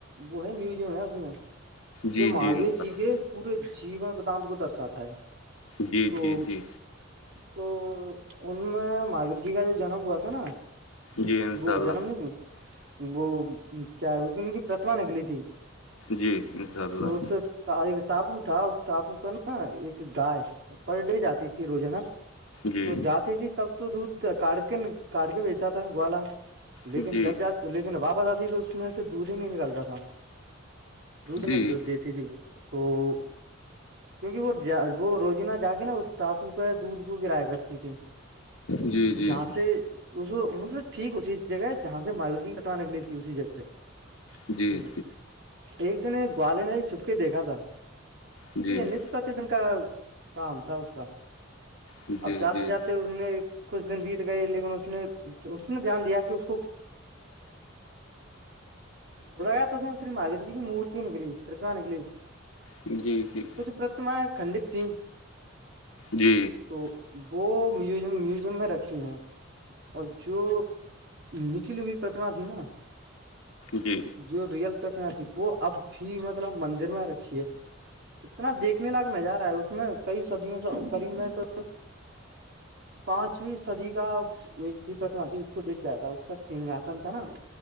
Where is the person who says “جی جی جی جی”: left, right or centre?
Left